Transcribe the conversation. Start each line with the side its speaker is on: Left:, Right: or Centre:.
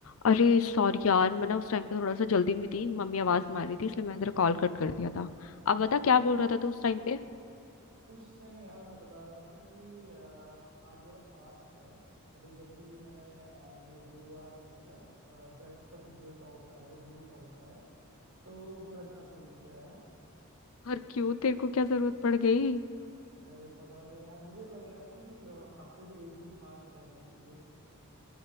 Left: अरे सॉरी यार मैं ना उस टाइम पे थोड़ा सा जल्दी में थी मम्मी आवाज मार रही थी इसलिए मैंने तेरा कॉल कट कर दिया था अब बता
Right: अच्छा
Left: क्या बोल रहा था तू उस टाइम पे
Right: कुछ नहीं यार मैं बता रहा था कि अ, आज मेरा फास्ट है अभी जल्दी ही मैंने अ, ये गुरुवार जो है अ, बृहस्पति देव का होता है गुरु का होता है तो वो रखना शुरू किया है
Left: और क्यों तेरे को क्या जरूरत पड़ गई
Right: अरे पता नहीं यार मुझे लग रहा था कि अ, हफ्ते में एक दिन फास्ट रहना चाहिए